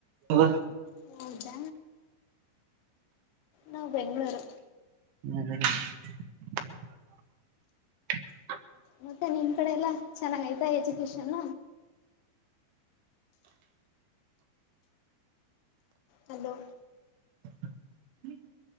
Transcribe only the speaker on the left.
ಹೂ ಹೌದಾ ನಾವು ಬೆಂಗಳೂರು
ಮತ್ತೆ ನಿಮ್ ಕಡೆ ಎಲ್ಲಾ ಚೆನ್ನಾಗ ಐತಾ ಎಜುಕೇಶನ್ ಹಲೋ